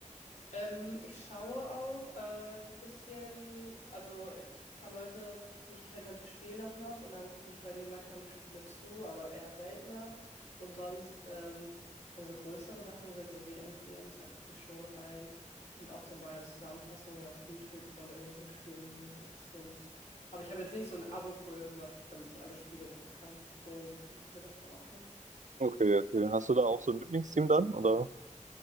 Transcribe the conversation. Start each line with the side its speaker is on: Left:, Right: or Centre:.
Left: Ähm, ich schaue auch äh, ein bisschen, also ich, ein paar Leute, die ich kenne, die spielen auch noch und dann gucke ich bei denen manchmal die Spiele zu, aber eher seltener. Und sonst, ähm, wenn so größere Sachen sind, so WMs, EMs, da gucke ich schon rein und auch so mal Zusammenfassungen auf YouTube von irgendwelchen Spielen, die mich interessieren. Das, aber ich habe jetzt nicht so ein Abo für irgendwas, damit ich alle Spiele gucken kann. So wichtig ist mir das dann auch nicht.
Right: Okay, okay. Hast du da auch so ein Lieblingsteam dann, oder?